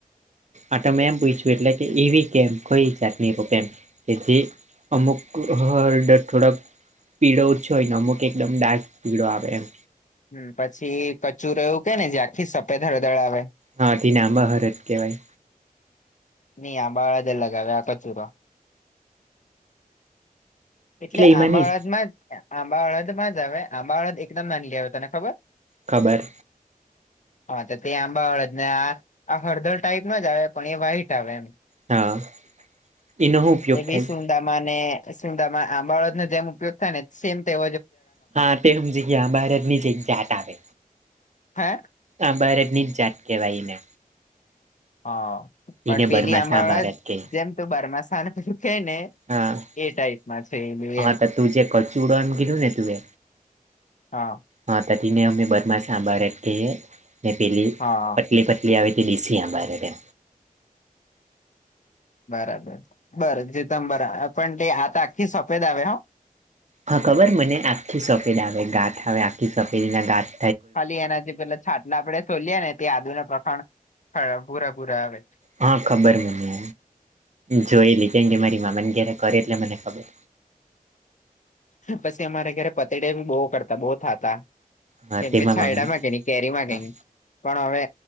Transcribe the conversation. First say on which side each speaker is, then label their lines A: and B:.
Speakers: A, on the right; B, on the left.
A: આટમે એમ પૂછ્યું એટલે કે એવી કેમ કોઈ જાત ની કેમ કે જે અમુક <unintelligible> થોડાક પીળો ઓછો હોય અમુક એકદમ ડાર્ક પીળો આવે એમ
B: હ પછી કચુંરવું કે ને જ્યાં થી સફેદ હરદર આવે
A: હા થી ના મા <unintelligible> કેવાય
B: <unintelligible> આ કચૂરો એટલે
A: એમાં
B: આંબા
A: ની
B: વળદમાં જ આંબા અળદમાં જ આવે આંબા વળદ એકદમ નાન લી આવે તને ખબર
A: ખબર
B: હા તો તે આંબા હળદ ને આ આ હળદર ટાઈપ મા જ આવે પણ એ વ્હાઈટ આવે એમ
A: હા એનો હું ઉપયોગ
B: એ બી
A: થાય
B: સુંદામાં ને સુંદામાં આંબાળો જેમ ઉપયોગ થાય ને સેમ તેજ
A: હા તે હ જગ્યા બારત ની જઈ જાત આવે
B: હે
A: આ ભારત ની જ જાત કેહેવાય એને
B: હા પણ
A: એને
B: પેલી
A: બરમાં
B: આંબા
A: સાંભાર
B: હળદ
A: જ કે
B: જેમતૂ બરમાસાને બધું કે ને
A: હા
B: એ ટાઈપમાં છે એલું
A: હા
B: એમ
A: તો તુંજે કચ્ચું ઉડણ કીધું ને તુવે
B: હા
A: હા ત ને અમે <unintelligible> પેલી
B: હા
A: તે પતલી આવી તે દેશી <unintelligible>
B: બરાબર <unintelligible> પણ તે આ આખ્ખી સફેદ આવે
A: હા ખબર મને આખી સફેદ આવે ગાંથ આવે આખી સફેદના ગાથ
B: ખાલી એના જે પેલા છાટલા આપડે સોલએ ને તે આદુના પ્રખાણ પૂરા પૂરા આવે
A: હા ખબર મને જોય લ કેમ કે મારી મામાને ક્યારે કરે એટલે મને ખબર
B: પછી અમારે ઘરે પતેડિયા બહુ કરતા બહુ થતા
A: હા
B: કેમ
A: તેમાં
B: કે છાયડા
A: મામાને
B: માં કે ન કેરી માં
A: હા
B: કે ની પણ હવે